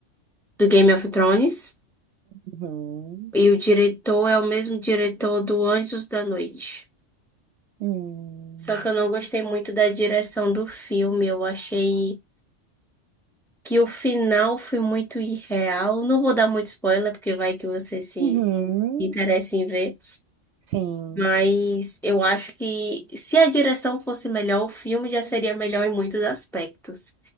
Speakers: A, in the centre; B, on the right (about 70°).
A: do Game of Thrones.
B: Uhum.
A: E o diretor é o mesmo diretor do Anjos da Noite.
B: Uhum.
A: Só que eu não gostei muito da direção do filme. Eu achei que o final foi muito irreal. Não vou dar muito spoiler, porque vai que você se
B: Uhum.
A: interessa em ver.
B: Sim.
A: Mas eu acho que se a direção fosse melhor, o filme já seria melhor em muitos aspectos.